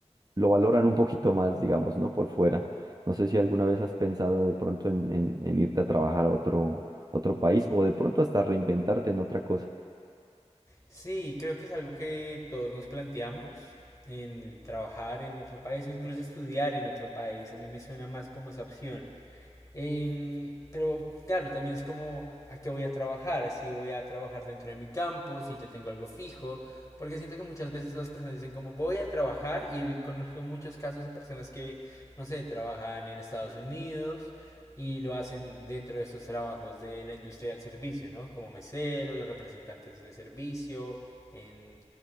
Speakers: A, on the right; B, on the left.
A: lo valoran un poquito más, digamos, ¿no? Por fuera. No sé si alguna vez has pensado de pronto en, en- en irte a trabajar a otro, otro país o de pronto hasta reinventarte en otra cosa.
B: Sí, creo que es algo que todos nos planteamos en trabajar en otro país o incluso estudiar en otro país. A mí me suena más como esa opción. Em, pero claro, también es como a qué voy a trabajar, si voy a trabajar dentro de mi campo, si ya tengo algo fijo, porque siento que muchas veces las personas dicen como voy a trabajar y conozco muchos casos de personas que, no sé, trabajan en Estados Unidos y lo hacen dentro de estos trabajos de la industria del servicio, ¿no? Como meseros, representantes de servicio, en